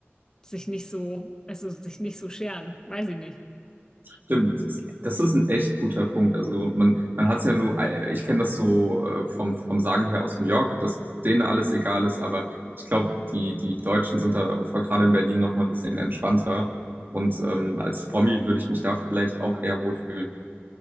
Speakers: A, on the left (about 15°); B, on the right (about 50°).
A: sich nicht so, also sich nicht so scheren. Weiß ich nicht.
B: stimmt. Das ist, das ist ein echt guter Punkt. Also man, man hat es ja nur, äh, ich kenne das so äh, vom, vom Sagen her aus New York, dass denen alles egal ist, aber ich glaube, die, die Deutschen sind da vor- gerade in Berlin noch mal ein bisschen entspannter. Und ähm, als Promi würde ich mich da vielleicht auch eher wohlfühlen.